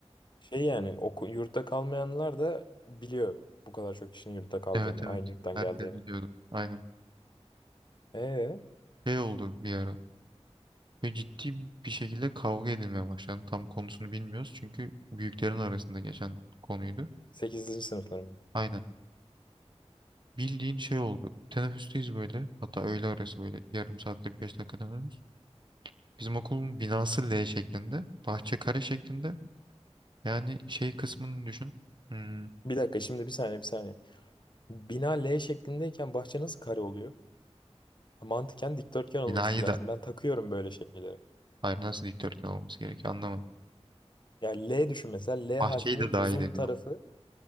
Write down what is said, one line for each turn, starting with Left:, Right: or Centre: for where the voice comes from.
Left: Şey yani oku, yurtta kalmayanlar da biliyor bu kadar çok kişinin yurtta kaldığını,
Right: Evet evet.
Left: aynı yurttan
Right: Herkes
Left: geldiğini.
Right: biliyordu. Aynen.
Left: Ee,
Right: Şey oldu bir ara. Ve ciddi bir şekilde kavga edilmeye başlandı. Tam konusunu bilmiyoruz. Çünkü büyüklerin arasında geçen konuydu.
Left: Sekizinci sınıflar mı?
Right: Aynen. Bildiğin şey oldu. Teneffüsteyiz böyle. Hatta öğle arası böyle. Yarım saat 45 dakika dönüyoruz. Bizim okulun binası L şeklinde. Bahçe kare şeklinde. Yani şey kısmını düşün. Hmm,
Left: Bir dakika şimdi bir saniye bir saniye. Bina L şeklindeyken bahçe nasıl kare oluyor? Ha, Mantıken dikdörtgen olması
Right: binayı
Left: lazım.
Right: da.
Left: Ben takıyorum böyle şeyleri.
Right: Hayır nasıl dikdörtgen olması gerekiyor anlamadım.
Left: Ya L düşün mesela L
Right: Bahçeyi
Left: harfinin
Right: de dahil
Left: uzun
Right: ediyorum.
Left: tarafı.